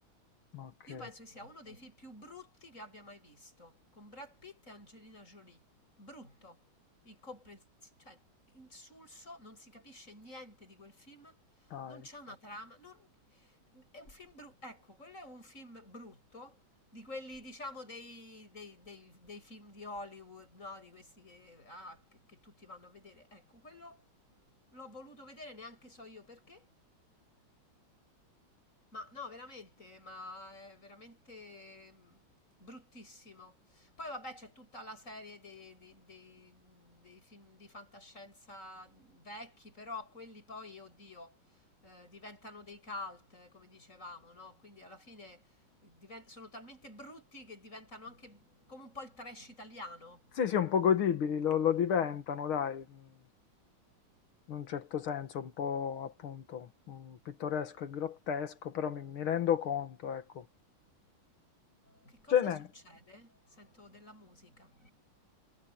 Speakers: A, on the left (about 85°); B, on the left (about 35°).
A: Ok,
B: Io penso che sia uno dei film più brutti che abbia mai visto, con Brad Pitt e Angelina Jolie. Brutto, incomprensibile, cioè insulso, non si capisce niente di quel film,
A: dai.
B: non c'è una trama, non- è un film brutto, ecco, quello è un film brutto, di quelli diciamo dei, dei- dei- dei film di Hollywood, no? Di questi che, ah, che- che tutti vanno a vedere. Ecco, quello l'ho voluto vedere, neanche so io perché, ma no, veramente, ma è veramente mm, bruttissimo. Poi vabbè, c'è tutta la serie dei, dei- dei- dei film di fantascienza vecchi, però quelli poi, oddio, eh, diventano dei cult, come dicevamo, no? Quindi alla fine divent- sono talmente brutti che diventano anche come un po' il trash italiano.
A: Sì, sì, un po' godibili, lo, lo diventano, dai, mm, in un certo senso, un po' appunto mm, pittoresco e grottesco, però mi, mi rendo conto, ecco.
B: Che cosa
A: Ce n'è,
B: succede? Sento della musica.